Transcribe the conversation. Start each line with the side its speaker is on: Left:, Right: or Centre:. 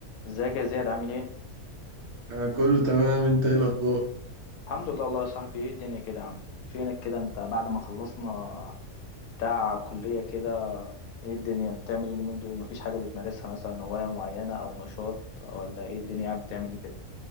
Left: ازيك يا زياد عامل ايه؟
Right: آه، كله تمام انت ايه الاخبار
Left: الحمد لله والله يا صاحبي ايه الدنيا كده يا عم فينك كده انت بعد ما خلصنا بتاع كلية كده ايه الدنيا بتعمل إيه اليومين دول مفيش حاجة بتمارسها مثلا هواية معينة او نشاط ولا ايه الدنيا قاعد بتعمل ايه كده؟